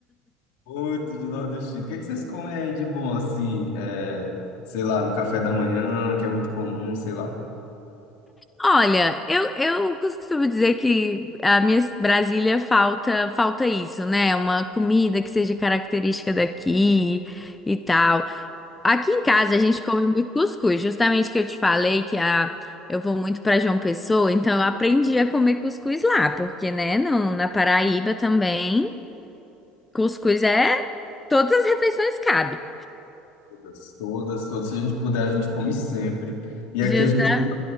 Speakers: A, on the left; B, on the left.
A: Muito de nordestino. O que é que vocês comem aí de bom, assim, é, sei lá, no café da manhã, que é muito comum, sei lá.
B: Olha, eu, eu costumo dizer que a minha Brasília falta falta isso, né? Uma comida que seja característica daqui e tal. Aqui em casa a gente come muito cuscuz, justamente que eu te falei que a, eu vou muito para João Pessoa, então eu aprendi a comer cuscuz lá, porque, né, não, na Paraíba também, cuscuz é todas as refeições cabe.
A: Todas, todas, todas. Se a gente puder, a gente come sempre. E
B: Justa.
A: aqui a gente tem